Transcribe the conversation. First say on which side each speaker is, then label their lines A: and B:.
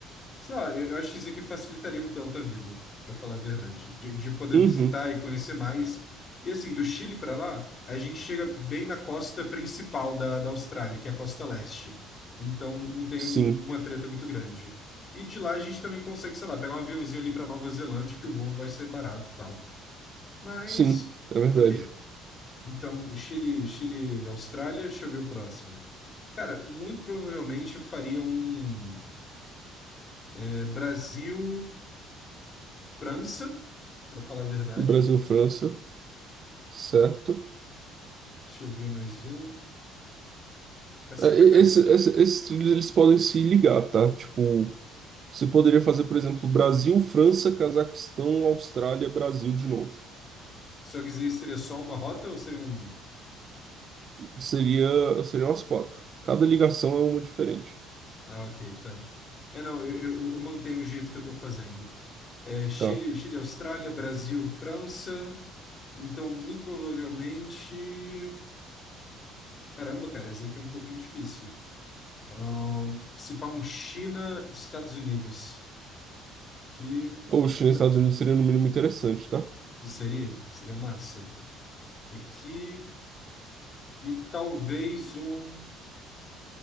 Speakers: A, on the left; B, on the right.
A: sei lá, eu eu acho que isso aqui facilitaria um tanto a vida, para falar a verdade, de, de poder
B: Uhum,
A: visitar e conhecer mais. E assim, do Chile para lá, a gente chega bem na costa principal da, da Austrália, que é a costa leste. Então, não tem
B: sim,
A: uma treta muito grande. E de lá a gente também consegue, sei lá, pegar um aviãozinho ali para Nova Zelândia, que o voo vai ser barato e tal. Mas,
B: sim, é verdade.
A: ok. Então, Chile, Chile, Austrália, deixa eu ver o próximo. Cara, muito provavelmente eu faria um é, Brasil, França, pra falar a verdade.
B: Brasil, França. Certo.
A: Deixa eu ver mais um. Caceta,
B: É, e-
A: cara.
B: esse- esse- esses trilhos eles podem se ligar, tá? Tipo, você poderia fazer, por exemplo, Brasil, França, Cazaquistão, Austrália, Brasil de novo.
A: Só que isso seria só uma rota ou seria um.
B: Seria, seriam as quatro. Cada ligação é uma diferente,
A: Ah, ok, tá. É, não, eu, eu, eu eu mantenho o jeito que eu tô fazendo. É, Chile,
B: tá?
A: Chile, Austrália, Brasil, França. Então, muito provavelmente. Caramba, cara, isso daqui é um pouquinho difícil. Ah, se pá um China, Estados Unidos. Que.
B: Ou China
A: n-
B: e Estados Unidos seria no mínimo interessante, tá?
A: Seria, seria massa. aqui e talvez um